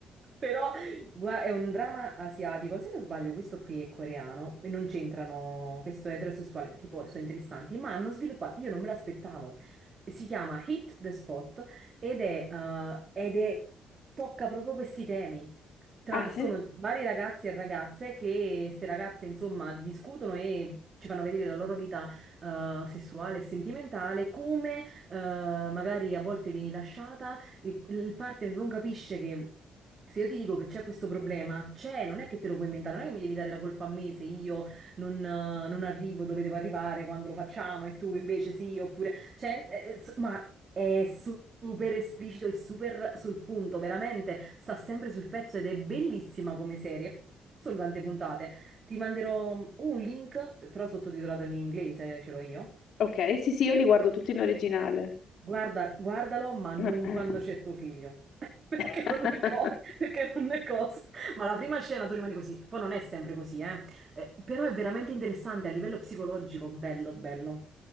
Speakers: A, on the right; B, on the left.
A: Però Gua- è un dramma asiatico, se non sbaglio questo qui è coreano e non c'entrano questo è eterosessuale perché poi sono interessanti, ma hanno sviluppato, io non me l'aspettavo, si chiama Hit the Spot ed è, eh, ed è- tocca proprio questi temi. Tra-
B: Ah sì?
A: sono vari ragazzi e ragazze che queste ragazze insomma discutono e ci fanno vedere la loro vita eh, sessuale e sentimentale, come eh, magari a volte vieni lasciata il, il partner non capisce che se io ti dico che c'è questo problema, c'è, non è che te lo puoi inventare, non è che mi devi dare la colpa a me se io non, eh, non arrivo dove devo arrivare quando lo facciamo e tu invece sì, oppure... Cioè, eh, ins- ma è su- super esplicito e super sul punto, veramente, sta sempre sul pezzo ed è bellissima come serie. Sono tante puntate. Ti manderò un link, però sottotitolato in inglese, ce l'ho io.
B: Ok, sì sì, io li guardo
A: Co-
B: tutti in originale.
A: Guarda, guardalo, ma non
B: <clears throat>
A: quando c'è tuo figlio. <laughs> Perché
B: <laughs>
A: non è cosa, perché non è cosa. Ma la prima scena tu rimani così, poi non è sempre così, eh. Eh, però è veramente interessante a livello psicologico, bello, bello.